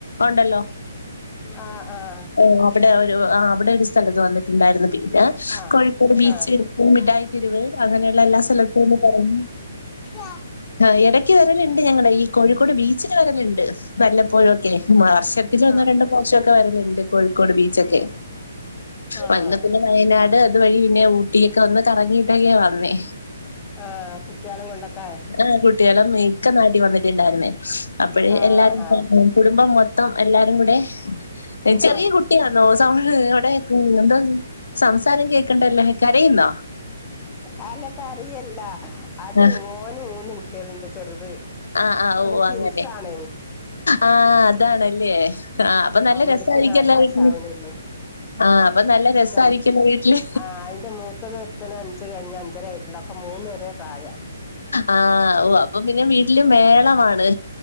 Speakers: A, on the left; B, on the left.
A: ഉണ്ടല്ലോ
B: ആഹ്‌ ആഹ്‌
A: ആഹ്‌ അവിടെ ഒരു ആഹ് അവിടെ ഒരു സ്ഥലത്ത് വന്നിട്ടുണ്ടായിരുന്നു പിന്നെ
B: ആഹ്
A: കോഴിക്കോട് ബീച്ച്
B: ആഹ്
A: മിഠായി തെരുവ് അങ്ങനെയൊള്ള എല്ലാ സ്ഥലത്തു ഒന്ന് കറങ്ങി
B: ആഹ്
A: ആഹ്‌ എടയ്ക്ക് വരല്ണ്ട് ഞങ്ങള് ഈ കോഴിക്കോട് ബീച്ചില് വരല്ണ്ട് വല്ലപ്പോഴുവൊക്കെയെ മാർച്ചട് ടച്ചാ ഒന്നോ
B: ആഹ്
A: രണ്ടോ പ്രാവശ്യൊക്കെ വരല്ണ്ട് കോഴിക്കോട് ബീച്ചൊക്കെ
B: ആഹ്
A: വന്നാ പിന്നെ വയനാട് അതുവഴി പിന്നെ ഊട്ടിയൊക്കെ ഒന്ന് കറങ്ങീട്ടൊക്കെയാ വന്നേ
B: ആഹ് കുട്ട്യേളേം കൊണ്ടൊക്കേ
A: ആഹ് കുട്ടികളെ ഇക്ക നാട്ടി വന്നിട്ട്ണ്ടായിരുന്നേ അപ്പഴേ
B: ആഹ്
A: എല്ലാരും <unintelligible>
B: ആഹ്
A: കുടുംബം മൊത്തം എല്ലാരും കൂടെ ചെറിയ
B: ആഹ്
A: കുട്ട് ട്ടിയാന്നോ സൗണ്ട് അവിടെ ഉം എന്താ സംസാരം കേക്കണ്ടല്ലോ കരയുന്നോ
B: അല്ലാ കരയല്ലാ അത്
A: ആഹ്
B: മോന് മൂന്ന് കുട്ട്യേള്ണ്ട് ചെറുത്
A: ആഹ് ഓഹ്
B: ഒന്ന് ട്വിൻസാണ്
A: അങ്ങനെ ആഹ് അതാണല്ലേ ആഹ് അപ്പ നല്ല
B: ഓര്ക്ക്
A: രസായിരിക്കല്ലോ
B: നാല് വയസ്സാവണേള്ളൂ
A: വീട്ടില് ആഹ് അപ്പ നല്ല രസായിരിക്കല്ലോ
B: <unintelligible>
A: വീട്ടില്
B: ആഹ് അയിന്റെ മൂത്തത് ഒര് ഒരുത്തന് അഞ്ച് കയിഞ്ഞ് അഞ്ചര ആയിട്ടില്ലാ അപ്പ മൂന്നും ഒരേ പ്രായാ
A: ആഹ് ഓഹ് അപ്പ പിന്നെ വീട്ടില് മേളമാണ്